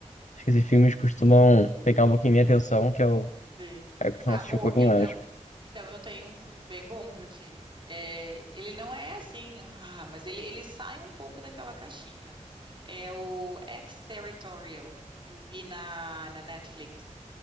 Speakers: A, on the left; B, on the right.
A: Acho que esses filmes costumam pegar um pouquinho minha atenção, que eu,
B: Sim.
A: aí eu costumo
B: Tá,
A: assistir
B: ô,
A: um pouquinho
B: então,
A: mais.
B: então eu tenho um filme bem bom pra ti. É, ele não é assim, ah, mas ele, ele sai um pouco daquela caixinha. É o Ex-Territorial. Eu vi na, na Netflix.